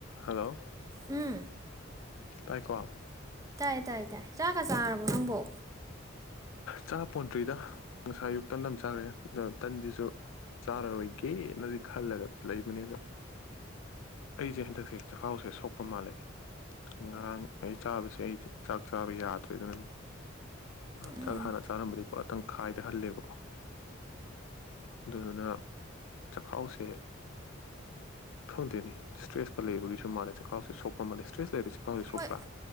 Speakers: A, on the left; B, on the right.
A: Hello!
B: ꯎꯝ꯫
A: ꯇꯥꯏ ꯀꯣ?
B: ꯇꯥꯏ - ꯇꯥꯏ꯫ ꯆꯥꯛꯒ ꯆꯥꯔꯕꯣ ꯅꯪꯕꯣ?
A: ꯆꯥ ꯄꯣꯟꯇ꯭ꯔꯤꯗ ꯉꯁꯥꯏ ꯑꯌꯨꯛ ꯇꯟ ꯑꯃ ꯆꯥꯔꯦ ꯑꯗ ꯇꯟꯁꯤꯁꯨ ꯆꯥꯔꯔꯣꯏꯒꯦꯅꯗꯤ ꯈꯜꯂꯒ ꯂꯩꯕꯅꯤ ꯑꯗꯣ ꯑꯩꯁꯦ ꯍꯟꯗꯛꯁꯦ ꯆꯈꯥꯎꯁꯦ ꯁꯣꯛꯄ ꯃꯥꯜꯂꯦ ꯉꯔꯥꯡ ꯑꯩ ꯆꯥꯕꯁꯦ ꯑꯩꯁꯦ ꯆꯥꯛ ꯆꯥꯕ ꯌꯥ ꯅꯠꯇ꯭ꯔꯦꯗꯅ
B: ꯎꯝ
A: ꯆꯥꯛ ꯍꯥꯟꯅ ꯆꯥꯔꯅꯕꯗꯤ ꯄꯨꯔꯥꯇꯪ ꯈꯥꯏꯗꯍꯜꯂꯦꯕꯀꯣ ꯑꯗꯨꯗꯨꯅ ꯆꯥꯛꯈꯥꯎꯁꯦ ꯈꯡꯗꯦꯅꯦ ꯏꯁꯇ꯭ꯔꯦꯁꯀ ꯂꯩꯕꯒꯤꯁꯨ ꯃꯥꯜꯂꯦ ꯆꯈꯥꯎꯁꯤꯦ ꯁꯣꯛꯄ ꯃꯥꯜꯂꯦ ꯏꯁꯇ꯭ꯔꯦꯁ ꯂꯩꯔꯗꯤ ꯆꯥꯛꯈꯥꯎꯁꯦ ꯁꯣꯛꯄ꯭ꯔꯥ
B: ꯍꯣꯏ